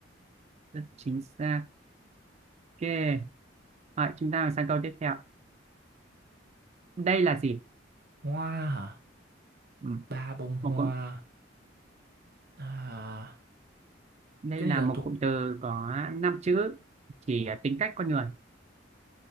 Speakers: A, on the right; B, on the right.
A: Rất chính xác. Ok. Rồi, chúng ta sang câu tiếp theo. Đây là gì?
B: Hoa hả
A: Ừm,
B: Ba bông
A: Một
B: hoa
A: cụm,
B: À
A: đây
B: Cái
A: là
B: này là
A: một
B: thuộc
A: cụm từ có 5 chữ chỉ tính cách con người.